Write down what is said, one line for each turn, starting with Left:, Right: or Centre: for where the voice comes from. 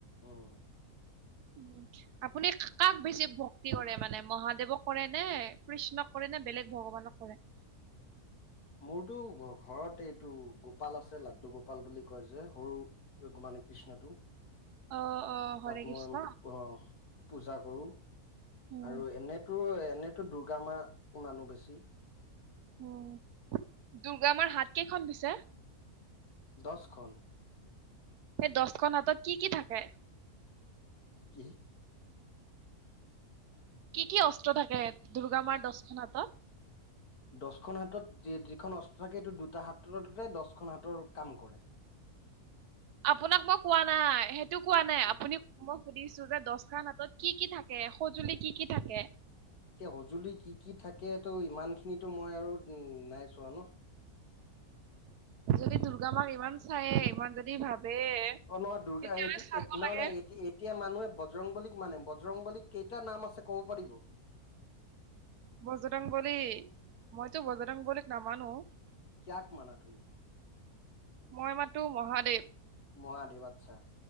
Left: উম।
Right: উম। আপুনি কাক বেছি ভক্তি কৰে মানে মহাদেৱক কৰে নে কৃষ্ণক কৰে নে বেলেগ ভগৱানক কৰে?
Left: মোৰতো ঘৰত এইটো গোপাল আছে লাড্ডু গোপাল বুলি কয় যে সৰু মানে কৃষ্ণটো
Right: অ অ হৰে
Left: তাত
Right: কৃষ্ণ
Left: মই আহ। পূজা কৰোঁ
Right: উম
Left: আৰু এনেতো এনেতো দুৰ্গা মা মানো বেছি।
Right: উম, দুৰ্গা মাৰ হাত কেইখন পিছে?
Left: দহখন।
Right: সেই দহখন হাতত কি কি থাকে?
Left: কি?
Right: কি কি অস্ত্ৰ থাকে দুৰ্গা মাৰ দহখন হাতত?
Left: দহখন হাতত যি যিখন অস্ত্ৰ থাকে সেইটো দুটা হাতৰ দৰে দহখন হাতৰ কাম কৰে।
Right: আপোনাক মই কোৱা নাই সেইটো কোৱা নাই
Left: উম
Right: আপুনি মই সুধিছো যে, দছটা হাটত কি কি থাকে সঁজুলি কি কি থাকে?
Left: এতিয়া সঁজুলি কি কি থাকে ত' ইমান খিনিটো মই আৰু নাইছোৱা ন।
Right: যদি দুৰ্গা মাক ইমান চাইয়ে ইমান যদি ভাবে,
Left: অ' দুৰ্গা
Right: তেতিয়াহ'লে
Left: এইটি
Right: চাব
Left: এইট নহয়
Right: লাগে
Left: নহ এইট, এতিয়া মানুহে বজৰংবলীক মানে বজৰংবলী কেইটা নাম আছে ক'ব পাৰিব?
Right: বজৰংগলী মইতো বজৰংগলীক নামানোঁ অ।
Left: কিয়াক মনা তুমি?
Right: মই মাতো মহাদেৱ।
Left: মহাদেৱ আচ্ছা